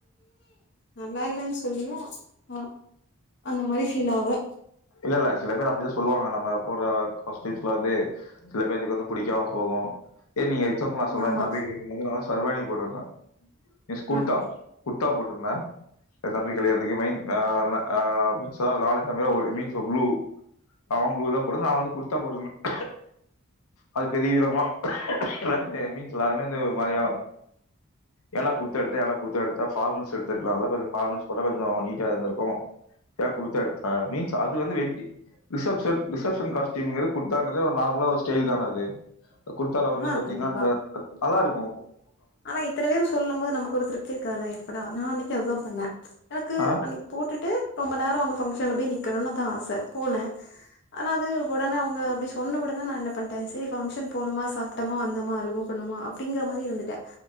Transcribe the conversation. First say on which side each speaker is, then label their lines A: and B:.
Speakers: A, on the left; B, on the left.
A: நல்லால்லன் சொல்லியு ம் அந்த மாரி ஃபீலாகு
B: இல்லல்ல சில பேர் அப்டிதா சொல்வாங்க நம்ப போட்ற காஸ்ட்யூம்ஸ்ல வந்து சில பேத்துக்கு வந்து புடிக்கமா போவு ஏ நீங்க <unintelligible>
A: ஆமா
B: சர்வானி போட்ருப்பே எஸ் குர்த்தா
A: ம்
B: கு ர்த்தா போட்ருந்த எ தம்பி கல்யாணத்துக்கு மெயின் ஆன ஆ <unintelligible> நானு எ தம்பியு ஒருமிக்க ப்ளூ அவ ப்ளூ தா போட்ருந்த நா வந்து குர்த்தா போட்ருந்த அது பெரிய விதமா எல்லாருமே மீன்ஸ் எல்லாருமே வந்து ஒரு மாரியா ஏன்டா குர்த்தா எடுத்த ஏன்டா குர்த்தா எடுத்த ஃபார்மல்ஸ் எடுத்துருக்லால்ல கொஞ்ச ஃபார்மல்ஸ் போட்டா கொஞ்சோ நீட் டா இருந்துருக்கு ஏ குர்த்தா எடுத்த மீன்ஸ் அது வந்து வெட்டி ரிசப்ஷன் ரிசப்ஷன் காஸ்ட்யூமுங்குறது குர்த்தான்றதே ஒரு நார்மலா ஒரு ஸ்டைல் தான அது குர்த்தால வந்து
A: ஆ
B: பாத்தீன்னா
A: கண்டிப்பா
B: அந்த நல்லாருக்கு
A: ஆனா இத்தன பேரு சொல்லும் போது நமக்கு ஒரு திருப்தி இருக்காதுல்ல எப்படா நானெ னிக்கி அதாம்பண்ணே க்கு
B: ஆ
A: அன்னக்கி போட்டுட்டு ரொம்ப நேர அங்க பங்ஷன்ல போய் நிக்கணுன்னு தா ஆச போனே ஆன அது ஒடனே அவுங்க அப்டி சொன்ன ஒடனே நா என்ன பண்ட்டே செரி ஃபங்ஷன் போனமா சாப்டமா வந்தமா ரிமூவ் பண்ணமா அ ப்டிங்குற மாரி இருந்துட்ட